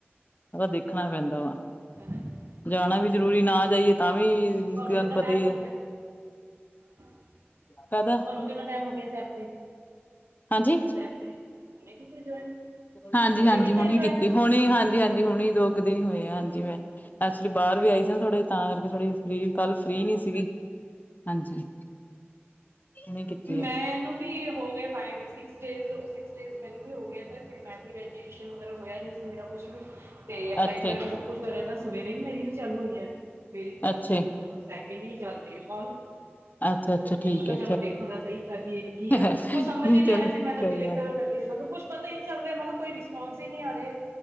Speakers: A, on the left; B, on the right.
A: ਓਹਦਾ ਦੇਖਣਾ ਪੈਂਦਾ ਵਾ।
B: ਹਾਂਜੀ
A: ਜਾਣਾ ਵੀ ਜਰੂਰੀ, ਨਾ ਜਾਈਏ ਤਾਂ ਵੀ
B: ਤੁਹਾਨੂੰ ਕਿੰਨਾ
A: ਪਤਾ
B: ਟਾਈਮ
A: ਹੀ
B: ਹੋਗਿਆ?
A: ਹੈ
B: ਤੁਹਾਨੂੰ
A: ਕਾਹਦਾ
B: ਕਿੰਨਾ ਟਾਈਮ ਹੋ ਗਿਆ, ਇਸ ਐਪ ਤੇ, ਹੀ?
A: ਹਾਂਜੀ
B: ਇਸ ਐਪ ਤੇ, ਹੁਣੇ ਕੀਤਾ ਜਵੌਇਨ,
A: ਹਾਂਜੀ-ਹਾਂਜੀ
B: ਹੁਣੇ ਕਿੱਤੈ
A: ਹੁਣੀ
B: ਜੌਈਨ
A: ਕੀਤੀ
B: ਤੁਸੀਂ?
A: ਹੁਣੀ ਹਾਂਜੀ-ਹਾਂਜੀ, ਹੁਣੇ ਦੋ ਕੁ ਦਿਨ ਈ ਹੋਏ ਆ ਹਾਂਜੀ, ''ਮੈਂ ਐਕਚੁਲੀ ਬਾਹਰ ਵੀ ਆਈ ਸੀ ਨਾ ਥੋੜੇ ਤਾਂ ਕਰਕੇ ਥੋੜੀ
B: ਅੱਛਾ
A: ਫ੍ਰੀ, ਕੱਲ ਫ੍ਰੀ ਨਹੀ ਸੀਗੀ, ਹਾਂਜੀ। ਹੁਣੀ ਕੀਤੀ
B: ਮੈਂਨੁੰ
A: ਹੈ
B: ਬੀ, ਹੋ ਗਏ five six days, six days ਮੈਨੂੰ ਵੀ ਹੋਗੇਨ, ਤੇ ਫਿਰ ਮੈਂ ਵੀ ਰੈਡੀਸ਼ਨ ਵਗੈਰਾ ਹੋਇਆ ਨਹੀਂ ਸੀ, ਮੇਰਾ ਕੁਝ ਵੀ। ਤੇ ਪੜ੍ਹਾਈ
A: ਅੱਛੇ
B: ਵਗੈਰਾ ਮੈਂ ਸਭ ਕੁਛ ਕਰਿਆ, ਤਾਂ ਸਵੇਰੇ ਹੀ ਮੇਰੀ ਵੀ ਚਾਲੂ ਹੋਈ ਹੈ, ਮੇਰੀ ਜਸਟ
A: ਅੱਛੇ
B: ਹੁਣ ਸੈਕਿੰਡ ਹੀ ਚੱਲ ਰਹੀ ਕੌਲ,
A: ਅੱਛਾ-ਅੱਛਾ
B: ਤੇ ''ਮੈਂ
A: ਠੀਕ
B: ਕਿਹਾ
A: ਹੈ
B: ਚਲੋ ਦੇਖ ਸਹੀ ਕਰਦੀ ਹੇਗੀਆ।
A: ਨਹੀਂ
B: ਕੁਛ ਸਮਝ ਹੀ ਨੀ
A: ਚਲ
B: ਆ ਰਿਹਾ ਸੀ, ਮੈਂ ਤਾਂ
A: ਕੋਈ
B: ਡਿਲੀਟ
A: ਗੱਲ
B: ਕਰਨ ਲੱਗ ਤੇ, ਮੈਂ ਕਿਹਾ ਕੁੱਛ ਪਤਾ ਹੀ ਨੀ ਚੱਲ ਰਿਹਾ, ਮੈਂ ਕਿਹਾ ਕੋਈ ਰਿਸਪੌਸ ਹੀ ਨਹੀਂ ਆ ਰਿਹਾ,